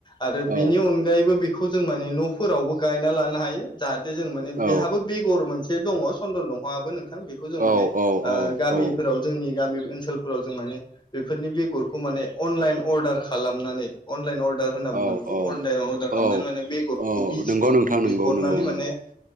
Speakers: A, on the left; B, on the right.
A: आरो बिनि
B: औ
A: अनगायैबो बेखौ जों माने न'फोरावबो गायना लानो हायो जाहा थे जों माने
B: औ
A: बेहाबो बेगर मोनसे दङ चन्दन दंफाङाबो नोंथां बेखौ जों
B: औ
A: माने
B: औ औ
A: ओ गामिफोराव
B: औ
A: जोंनि गामि ओनसोलफोराव जों माने बेफोरनि बेगरखौ माने अनलाइन अर्दार खालामनानै अनलाइन अर्दार होनना बुंगोन।
B: औ
A: बेखौ अर्दा अर्दार खालामनानै
B: औ
A: माने बेगरखौ
B: औ
A: बिजखौ
B: नंगौ नोंथां नंगौ
A: बिहरनानै
B: नंगौ नंगौ
A: माने